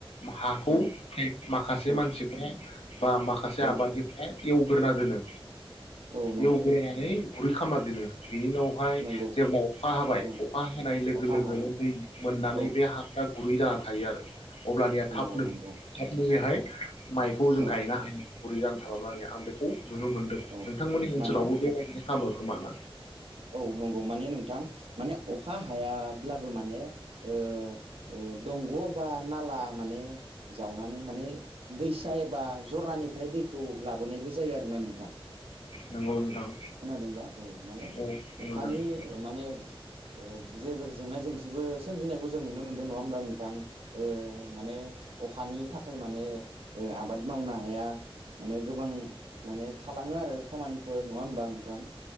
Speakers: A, on the left; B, on the right.
A: मा हाखौ
B: औ
A: माखासे
B: औ
A: मानसिफ्रा बा माखासे
B: औ
A: आबाद निफ्राय एवग्रोना दोनो
B: औ नंगौ
A: एवग्रोनानै गुरै खामना दोनो बिनि उनावहाय
B: नंगौ
A: जेब्ला अखा हाबाय
B: औ
A: अखा हानाय लोगो
B: अखा
A: लोगोनो
B: हाबाय
A: दै नानै
B: औ
A: बे हाफ्रा गुरै जाना थायो आरो। अब्लानिया
B: नंगौ
A: थाबनो
B: नंगौ
A: थाबनो बेहाय <inaudible> माइखौ जों
B: औ
A: गायनो हायो गुरै जा थाबाब्लानिया आं बेखौ नुनो मोनदों
B: औ
A: नोंथांमोननि ओनसोलावबो
B: माने
A: बेबायदिनो खामो। खोमाना?
B: औ नंगौ माने नोंथां माने अखा हायाब्लाबो माने ओ ओ दंग' बा नाला माने जावनानै माने दैसा एबा जर ना निफ्राय दैखौ ला बोनाय बो जायो आरो ना नोंथां
A: नोंगौ नोंथां।
B: खोनादोंब्ला औ माने
A: औ नंगौ
B: अखानि
A: नोंथां।
B: ओ माने ओ जेबो जेंना जेंसि सिबो सोमजिनायखौ जों नुनो मोनदों नङा होमब्ला नोंथां? ओ माने अखानि थाखाय माने ओ आबाद मावनो हाया माने गोबां माने थालांङो आरो खामानि फोरनो नंङा होमबा नोंथां?